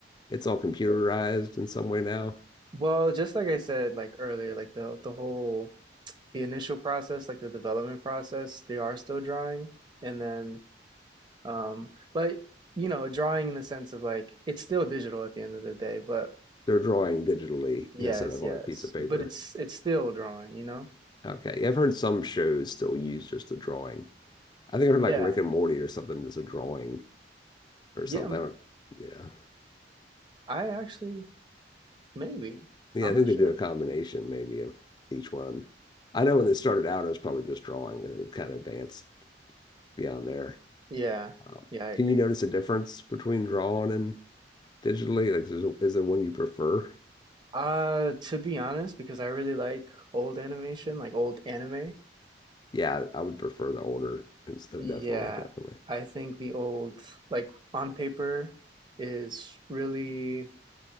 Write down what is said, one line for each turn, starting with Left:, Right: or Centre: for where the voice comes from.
Left: it's all computerized in some way now?
Right: well, just like I said like earlier, like the the whole the initial process, like the development process, they are still drawing and then um but you know, drawing in the sense of like it's still digital at the end of the day, but
Left: They're drawing digitally
Right: yes,
Left: instead of on
Right: yes.
Left: a piece of paper.
Right: But it's it's still drawing, you know?
Left: Okay, yeah, I've heard some shows still use just a drawing. I think I heard like
Right: Yeah.
Left: Rick and Morty or something that's a drawing or
Right: Yeah,
Left: something.
Right: m-
Left: I don't, yeah,
Right: I actually maybe.
Left: yeah,
Right: I'm
Left: I think
Right: not
Left: they
Right: sure.
Left: do a combination maybe of each one. I know when it started out, it was probably just drawing, and then it kind of advanced beyond there.
Right: Yeah,
Left: Um,
Right: yeah, I agree.
Left: can you notice a difference between drawing and digitally? Like, is there, is there one you prefer?
Right: Uh, to be honest, because I really like old animation, like old anime,
Left: Yeah, I would prefer the older. It's oh,
Right: yeah,
Left: definitely, definitely.
Right: I think the old, like on paper, is really,